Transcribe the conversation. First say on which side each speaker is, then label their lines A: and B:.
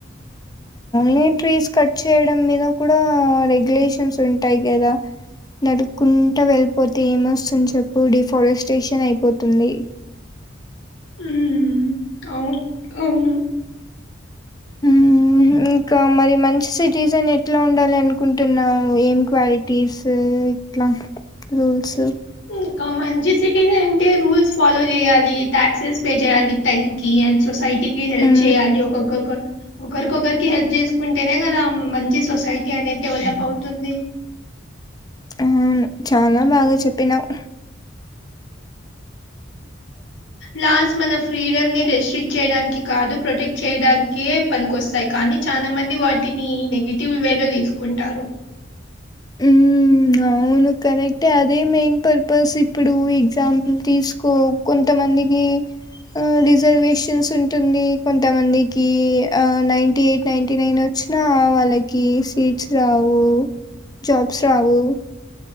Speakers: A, on the left (about 20°); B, on the left (about 70°).
A: నీమ్ ట్రీస్ కట్ చేయడం మీద కూడా రెగ్యులేషన్స్ ఉంటాయి గదా నరుక్కుంటా వెళ్ళిపోతే ఏమొస్తుంది చెప్పు, డిఫారెస్టేషన్ అయిపోతుంది.
B: ఊమ్ ఆవు అవును
A: ఆ ఇంకా మరి మంచి సిటీజన్ ఎట్లా ఉండాలి అనుకుంటున్నావు ఏం క్వాలిటీస్ ఇట్లా రూల్స్
B: ఇంకా మంచి సిటీజన్ అంటే రూల్స్ ఫాలో చేయాలి టాక్సెస్ పే చేయాలి టైం కి అండ్ సో సైటీ కి హెల్ప్
A: మ్మ్
B: చేయాలి ఒక్కొక్క ఒకరికొకరికి హెల్ప్ చేసుకుంటేనే గదా మంచి సొసై టి అనేది డెవలప్ అవుతుంది.
A: ఆ చాలా బాగా చెప్పినావు. అవు
B: లా స్ మన ఫ్రీడమ్ ని రెస్ట్రిక్ట్ చేయడానికి కాదు ప్రొటెక్ట్ చేయడానికే పనికొస్తాయి కానీ చా చాలా మంది వాటిని నెగిటివ్ వే లో తీసుకుంటారు.
A: ఊమ్మ్ అ అవును కరెక్టే అదే మెయిన్ పర్పస్ ఇప్పుడు ఎగ్జాంపుల్ తీసుకో కొంతమంది దీ ఆ రిజర్వేషన్స్ ఉంటుంది కొంతమందికి ఆ నైన్టీ ఎయిట్ నైన్టీ నైన్ వచ్ చ్చినా వాళ్ళకి సీట్స్ రావు జాబ్స్ రావు